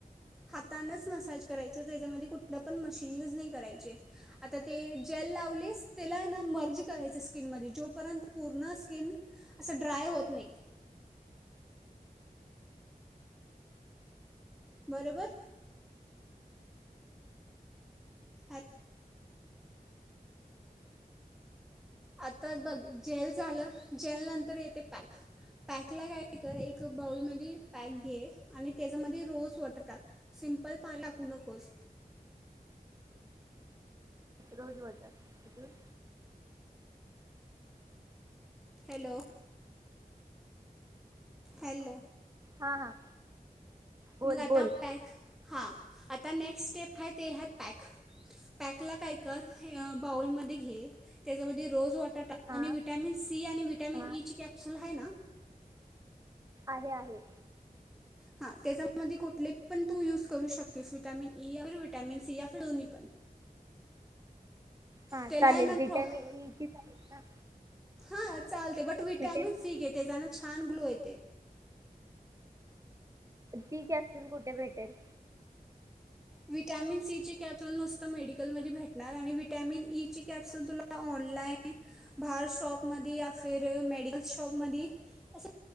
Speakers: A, in the centre; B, on the right.
A: हातानच मसाज करायचं तेजामध्ये कुठलं पण मशीन यूज नही करायचे आता ते जेल लावलीस तेला हाय ना मर्ज करायचे स्किनमध्ये जोपर्यंत पूर्ण स्किन असं ड्राय होत नाई बरोबर हा आताच बघ जेल झालं जेल नंतर येते पॅक पॅकला काय कर एक बाऊलमधी पॅक घे आणि त्याजमधी रोझ वॉटर टाक सिंपल पाणी टाकू नकोस.
B: रोज वॉटर अजून
A: हॅलो हॅलो
B: हां हां बोल
A: मग आता
B: बोल
A: पॅक हां आता नेक्स्ट स्टेप हाय तेहाय पॅक पॅकला काय कर हे अ बाउलमध्ये घे त्याच्यामधी रोज वॉट <unintelligible> टाक
B: हां
A: आणि विटॅमिन सी आणि वीटॅमिन
B: हां
A: ई ची कॅपसूल हाय ना.
B: आहे, आहे.
A: हा त्याच्यामधी कुठले पण तू युज करू शकतीस विटामिन ई, या फीर विटामिन सी, यातील दोन्ही पण.
B: हां
A: त्याला
B: चालेल
A: ना
B: विटॅमिन
A: प्रो--हां
B: ईची चालेल ना
A: चालते बट विटामिन
B: विटॅमिन
A: सी घे त्याच्याने छान ग्लो येतो. ते.
B: ती कॅप्सूल कुठे भेटेल.
A: विटॅमिन सीची कॅप्सुल नुसतं मेडिकलधी भेटणार, आणि विटॅमिन ईची कॅप्सुल तुला ऑनलाईनबाहेर शॉपमधी याफिर मेडिकल शॉपमधी अस